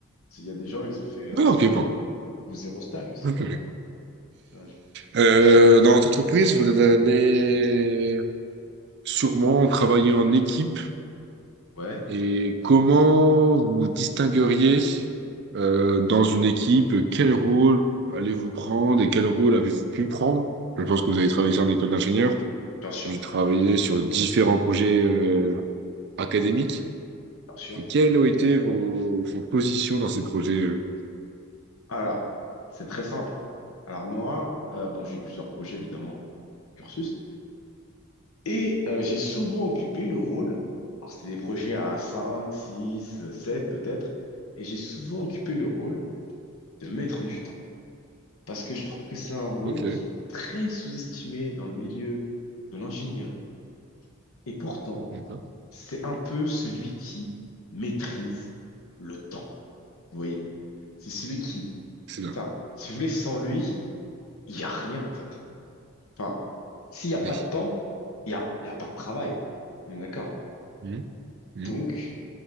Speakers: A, on the left; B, on the right.
A: Il y a des gens, ils ont fait un
B: Ah,
A: stage
B: ok, pardon.
A: ou zéro stage aussi.
B: Ok,
A: Enfin,
B: ok.
A: tu vois, je-
B: Euh,
A: Ah oui.
B: dans votre entreprise, vous allez sûrement travailler en équipe.
A: Ouais,
B: Et comment vous distingueriez euh, dans une équipe, quel rôle allez-vous prendre et quel rôle avez-vous pu prendre? Je pense que vous avez travaillé ça en école d'ingénieur,
A: bien sûr,
B: vous travaillez sur différents projets euh, académiques.
A: bien sûr.
B: Et quelles ont été vos, vos positions dans ces projets? euh
A: Alors, c'est très simple. Alors moi, euh, bon, j'ai eu plusieurs projets évidemment, cursus. Et euh, j'ai souvent occupé le rôle, alors c'était des projets à 5, 6, 7 peut-être, et j'ai souvent occupé le rôle de maître du temps. Parce que je trouve que c'est un rôle
B: Ok,
A: qui est très sous-estimé dans le milieu de l'ingénierie. Et pourtant,
B: d'accord.
A: c'est un peu celui qui maîtrise le temps. Vous voyez? C'est celui qui,
B: C'est bien.
A: enfin, si vous voulez, sans lui, il n'y a rien en fait. Enfin, s'il n'y a pas
B: Oui.
A: de temps, il n'y a, il y a pas de travail. On est D'accord?
B: Mhm. Mhm.
A: Donc,